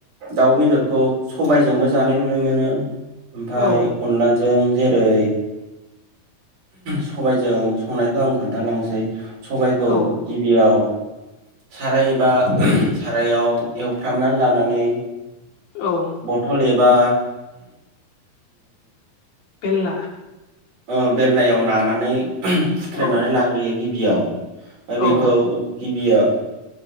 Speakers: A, on the right; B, on the left.
A: दाउ बेदरखौ सबायजोंबो जानाय नुनो मोनो। ओमफाय
B: औ
A: अनलाजों जेरै। सबायजों संनायखौ आं खोन्थालांसै सबाइखौ
B: औ
A: गिबियाव। साराय एबा सारायाव एवफ्रामनानै लानानै।
B: औ
A: बथल एबा।
B: फेलला।
A: ओ बेल्लायाव नानानै हुख्रेमनानै
B: औ
A: लाग्रोयो गिबियाव। आरो
B: औ
A: बेखौ गिबिया।